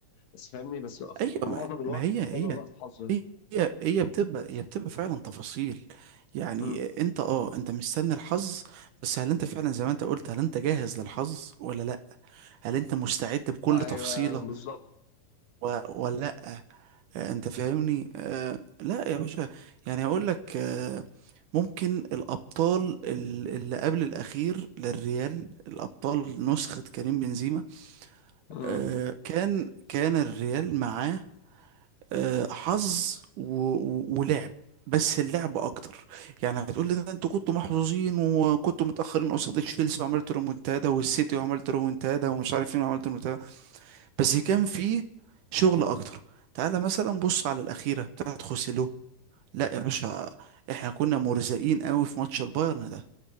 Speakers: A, on the left; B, on the right.
A: بس فاهمني بس
B: ايوه
A: في معظم
B: ما,
A: الوقت
B: ما هي هي
A: معظم الوقت حظ
B: هي هي بتبقى هي بتبقى فعلا تفاصيل يعني
A: مم.
B: انت اه انت مستني الحظ بس هل انت فعلا زي ما انت قلت هل انت جاهز للحظ ولا لا هل انت مستعد بكل
A: ايوه
B: تفصيلة
A: بالظبط
B: و- ولا آه، انت فاهمني آه، لا يا باشا يعني هقول لك آه، ممكن الابطال ال- اللي قبل الاخير للريال الابطال نسخة كريم بنزيما
A: مم.
B: آه، كان كان الريال معاه آه، حظ و- و- ولعب بس اللعب اكتر يعني هتقول لي ده انتوا كنتوا محظوظين وكنتوا متاخرين قصاد تشيلسي وعملت رومونتادا والسيتي وعملت رومونتادا ومش عارف مين وعملت رومونتادا بس كان فيه شغل اكتر تعالى مثلا بص على الاخيره بتاعت خوسيلو لا يا باشا احنا كنا مرزقين قوي في ماتش البايرن ده